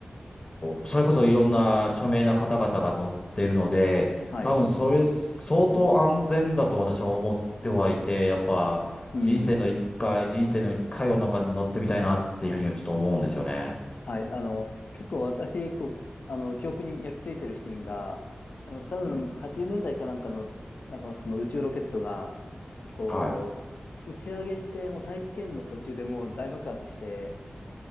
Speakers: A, on the left (about 35°); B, on the left (about 65°).
A: ーそれこそいろんな著名な方々が乗ってるので、
B: はい、
A: 多分それ、相当安全だと私は思ってはいて、やっぱ人生の一回、
B: うん、
A: 人生の一回はなんか乗ってみたいなっていうふうにちょっと思うんですよね。
B: はい、あの、結構私、こう、あの、記憶に焼き付いてるシーンが、あの、多分80年代かなんかの、
A: うん。
B: なんかその宇宙ロケットが、こう、
A: はい。
B: 打ち上げして、もう大気圏の途中でもう大爆発して、